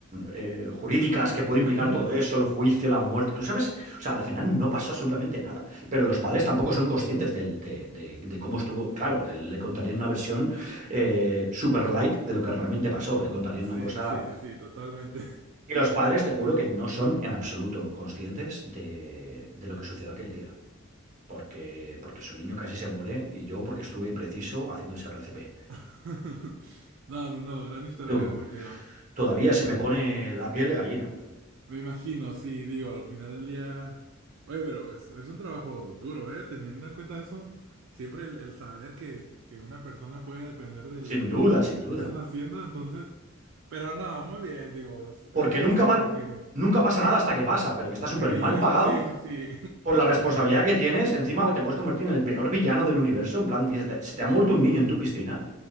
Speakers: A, on the right; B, on the right.
A: eh, jurídicas que puede implicar
B: Ujú.
A: todo eso, el juicio, la muerte, tú sabes, o sea, al final no pasó absolutamente nada, pero los padres tampoco son conscientes del- de, de- de cómo estuvo, claro, de- le contarían una versión eh, super light de lo que realmente pasó, le contarían
B: Sí,
A: una cosa...
B: sí, sí, sí, sí, totalmente.
A: Y los padres, te juro que no son en absoluto conscientes de, de lo que sucedió aquel día. Porque, porque su niño casi se muere y yo porque estuve preciso haciendo ese RCP.
B: <laughs> No, no, no, gran historia,
A: Tú,
B: compañero.
A: todavía
B: Es,
A: se me pone la piel de gallina.
B: Me imagino, sí, digo, al final del día. Oye, pero es, es un trabajo duro, ¿eh? Teniendo en cuenta eso, siempre el, el saber que, que una persona puede depender del,
A: Sin duda,
B: de lo
A: sin
B: que
A: duda.
B: tú estás haciendo, entonces. Pero no, muy bien, digo,
A: Porque
B: eres más
A: nunca,
B: héroe
A: pa-
B: que,
A: nunca pasa
B: que,
A: nada hasta
B: que,
A: que pasa, pero que está súper
B: que villano,
A: mal pagado
B: sí, sí, sí.
A: por la responsabilidad que tienes. Encima te puedes convertir en el peor villano del universo, en plan, que se te, se te ha muerto un niño en tu piscina.